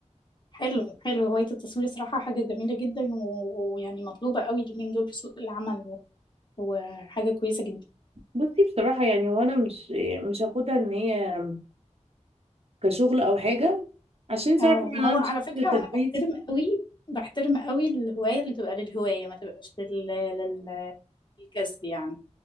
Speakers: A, on the left (about 35°); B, on the right (about 55°).
A: حلو حلو هواية التصوير صراحة حاجة جميلة جدا و- ويعني مطلوبة قوي اليومين دول في سوق العمل وحاجة كويسة جدا
B: بصي بصراحه يعني وانا مش مش هاخدها ان هي كشغل او حاجه عشان انت
A: اه
B: عارفه ان
A: ما
B: انا
A: هو
B: عندي
A: على فكرة
B: شغل تدريس
A: انا بحترم قوي بحترم قوي الهواية اللي تبقى للهواية ما تبقاش لل... لل... للكسب يعني